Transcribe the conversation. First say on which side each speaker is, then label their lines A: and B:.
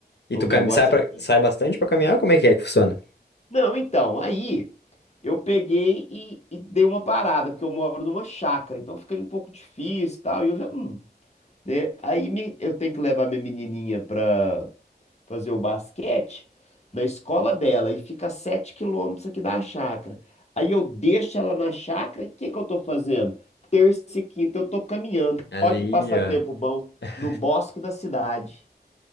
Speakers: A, on the left; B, on the left.
A: E
B: O
A: tu
B: negócio
A: cam... sai, pra-
B: é.
A: sai bastante pra caminhar? Como é que é que funciona?
B: Não, então, aí eu peguei e, e dei uma parada, porque eu moro numa chácara, então fica um pouco difícil e tal, e eu já. hum, né? Aí me- eu tenho que levar minha menininha pra fazer o basquete na escola dela, e fica a 7 quilômetros aqui da chácara. Aí eu deixo ela na chácara, e o que que eu tô fazendo? Terça e quinta eu tô caminhando.
A: Ali,
B: Olha que passatempo
A: ó.
B: bom,
A: <laughs>
B: no bosque da cidade.